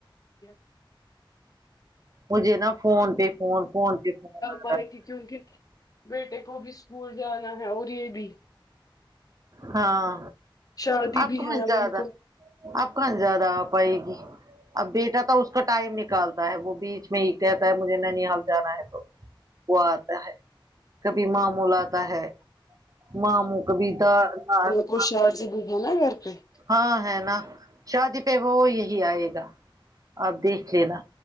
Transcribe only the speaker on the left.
<inaudible>
بلکہ
جون کوکیونکہ بیٹے کو بھی اسکول جانا ہے اور یہ بھی
شادی
بھی
ہے
ان
کو
کوئی شوہر سے بو لا ہے گھر پہ <inaudible>